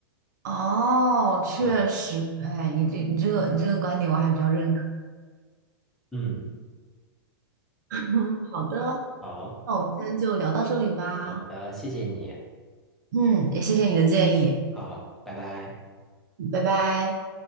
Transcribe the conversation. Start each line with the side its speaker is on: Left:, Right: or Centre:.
Right: 哦，确实，
Centre: 是，
Right: 哎，你这你这个你这个观点我还比较认可。
Centre: 嗯，
Right: <laughs> 好的。
Centre: 好，
Right: 那我们今天就聊到这里吧。
Centre: 好的，谢谢你，
Right: 嗯，也谢谢你的建议，
Centre: 好，拜拜。
Right: 拜拜。